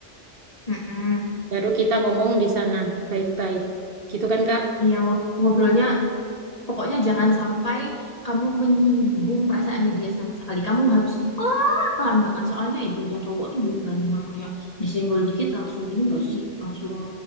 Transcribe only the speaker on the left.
Mm-mm.
Iya, ngob- ngobrolnya pokoknya jangan sampai kamu menyinggung perasaannya dia sama sekali. Kamu harus pelan-pelan banget. Soalnya ibunya cowok tuh beneran yang kayak disenggol dikit langsung ini gak sih? Langsung